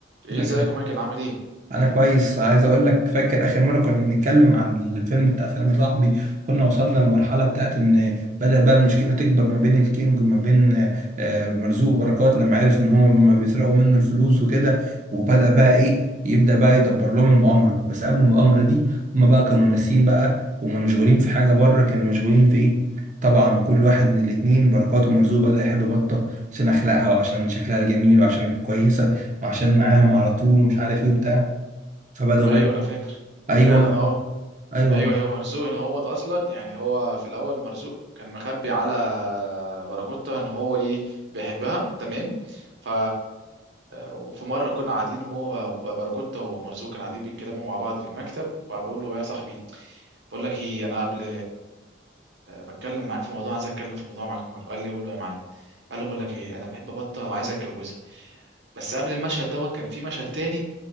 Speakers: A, on the right; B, on the right.
A: ايه
B: ده
A: ازيك
B: كان
A: يا مايكل عامل ايه
B: انا كويس عايز اقول لك فاكر اخر مره كنا بنتكلم عن الفيلم بتاع سلام يا صاحبي كنا وصلنا للمرحله بتاعت ان بدا بقى المشكله تكبر ما بين الكينج وما بين آه، مرزوق وبركات لما عرف ان هم ما بيسرقوا منه الفلوس وكده وبدا بقى ايه يبدا بقى يدبر لهم المؤامره بس قبل المؤامره دي هم بقى كانوا ناسيين بقى ومنشغولين في حاجه بره كانوا مشغولين في ايه طبعا كل واحد من الاتنين بركات ومرزوق بدأ يحب بطة عشان أخلاقها وعشان شكلها الجميل وعشان كويسة وعشان معاهم على طول ومش عارف ايه وبتاع فبدأوا
A: ايوه
B: بقى
A: انا فاكر
B: ايوه
A: فعلا اه
B: ايوه
A: ايوه هو مرزوق ان هو اصلا يعني هو في الاول مرزوق كان مخبي على باراكوتا ان هو ايه بيحبها تمام ف وفي مره كنا قاعدين هو باراكوتا ومرزوق كانوا قاعدين بيتكلموا مع بعض في المكتب وبقول له يا صاحبي بقول لك ايه انا قبل بتكلم معاك في موضوع عايز اتكلم في موضوع معاك قال لي قول له يا معلم قال له بقول لك ايه انا بحب بطه وعايز اتجوزها بس قبل المشهد دوت كان في مشهد تاني